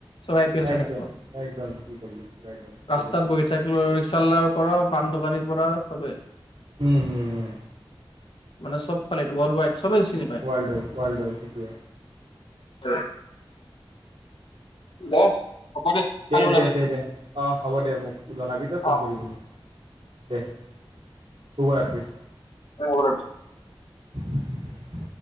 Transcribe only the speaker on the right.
একদম
একদম কি কবি পুৰা একদম চবে
উম, হম, হম।
ৱৰ্ল্ড ই ৱৰ্ল্ড সেইটোৱে।
দে,
দে, দে, দে অ', হ'ব দে মোক জনাবি ত ফোন
কৰিবি মোক। দে শুভৰাত্ৰি।
<inaudible>